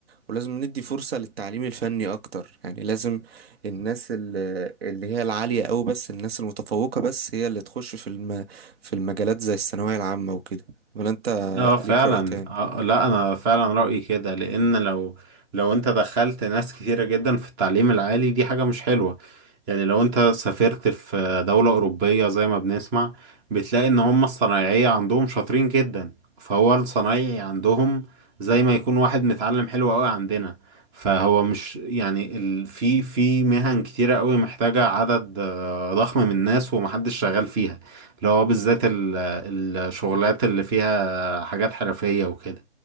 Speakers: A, on the right (about 60°); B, on the right (about 25°).
A: ولازم ندي فرصة للتعليم الفني أكتر يعني لازم الناس ال- اللي هي العالية أوي بس الناس المتفوقة بس هي اللي تخش في الم... في المجالات زي الثانوية العامة وكده ولا أنت
B: اه فعلا
A: ليك رأي تاني؟
B: آه لا انا فعلا رأيي كده لان لو لو انت دخلت ناس كتيرة جدا في التعليم العالي دي حاجة مش حلوة يعني لو انت سافرت في دولة أوروبية زي ما بنسمع بتلاقي ان هم الصنايعية عندهم شاطرين جدا فهو الصنايعي عندهم زي ما يكون واحد متعلم حلو قوي عندنا فهو مش يعني ال... في في مهن كتيرة قوي محتاجة عدد آه، ضخم من الناس ومحدش شغال فيها اللي هو بالذات ال... الشغلات اللي فيها حاجات حرفية وكده